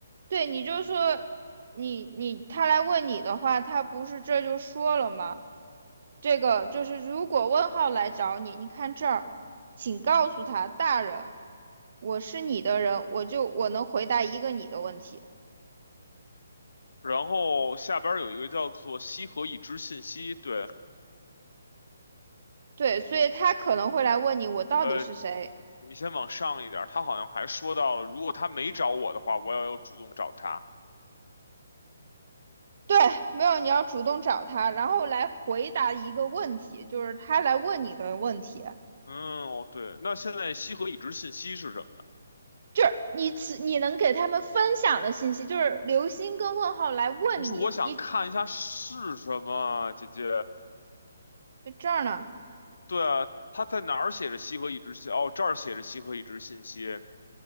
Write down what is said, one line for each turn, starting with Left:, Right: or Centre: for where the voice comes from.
Right: 对，你就说你你他来问你的话，他不是这就说了吗？这个就是如果问号来找你，你看这儿，请告诉他，大人，我是你的人，我就我能回答一个你的问题。
Left: 然后下边儿有一个叫做“西河已知信息”，对，
Right: 对，所以他可能会来问你我到底是谁。
Left: 呃，你先往上一点儿，他好像还说到了，如果他没找我的话，我要有主动找他。
Right: 对，没有，你要主动找他，然后来回答一个问题，就是他来问你的问题，
Left: 嗯，哦，对，那现在西河已知信息是什么呢？
Right: 就是你只你能给他们分享的信息，就是流星跟问号来问你，
Left: 就是我想看一下是什么，
Right: 你
Left: 姐姐。
Right: 在这儿呢，
Left: 对啊，他在哪儿写着西河已知信？哦，这儿写着西河已知信息。